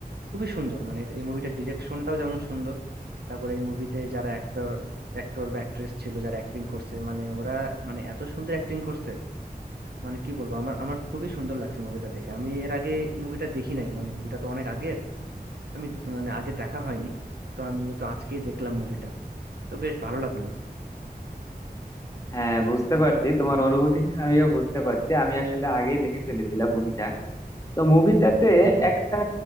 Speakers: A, on the right; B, on the left.
A: খুবই সুন্দর মানে এটা- এই মুভিটার ডিরেকশনটাও যেমন সুন্দর তারপরে এই মুভিতে যারা অ্যাক্টর অ্যাক্টর বা অ্যাক্ট্রেস ছিল যারা অ্যাক্টিং করছে মানে ওরা মানে এত সুন্দর অ্যাক্টিং করছে মানে কি বলবো আমার আমার খুবই সুন্দর লাগছে মুভিটা দেখে আমি এর আগে মুভিটা দেখি নাই মানে মুভিটা তো অনেক আগের আমি মানে আগে দেখা হয়নি তো আমি তো আজকেই দেখলাম মুভিটা তো বেশ ভালো লাগলো
B: হ্যাঁ বুঝতে পারছি তোমার
A: এটা-
B: অনুভূতিটা <laughs> আমিও বুঝতে পারছি আমি আসলে আগেই দেখে ফেলেছিলাম মুভিটা তো মুভিটাতে
A: হ্যাঁ
B: একটা